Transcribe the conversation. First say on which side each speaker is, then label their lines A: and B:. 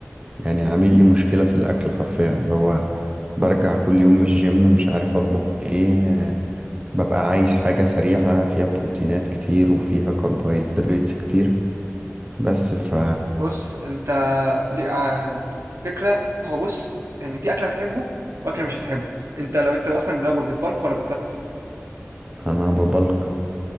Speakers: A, on the right; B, on the right.
A: يعني عامل لي مشكله في الاكل حرفيا اللي هو برجع كل يوم من الجيم مش عارف اطبخ ايه ببقى عايز حاجه سريعه فيها بروتينات كتير وفيها كربوهيدرات كتير بس ف
B: بص انت لي- آه، فكرة هو بص يعني في أكل هتحبه وأكل مش هتحبه انت لو انت أصلا من الأول بتبلك ولا بتقط
A: انا ببلك